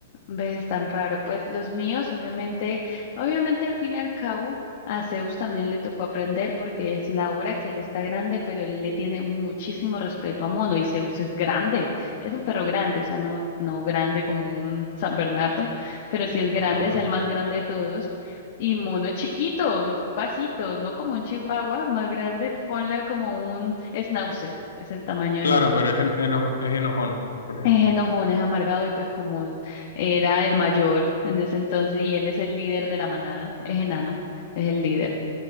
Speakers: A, on the left (about 55°); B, on the left (about 90°).
A: ¿Ves tan raro? Pues los míos, obviamente, obviamente al fin y al cabo, a Zeus también le tocó aprender porque es la hora que él está grande, pero él le tiene muchísimo respeto a Mono y Zeus es grande, es un perro grande, o sea, no, no grande como un San Bernardo, pero sí es grande,
B: Ajá.
A: es el más grande de todos. Y Mono es chiquito, es bajito, no como un chihuahua más grande, ponle como un schnauzer, es el tamaño
B: Claro,
A: de Mono
B: pero es, en- eno- es enojón, por ejemplo.
A: es enojón, es amargado y pues como era el mayor en ese entonces y él es el líder de la manada, es enano, es el líder.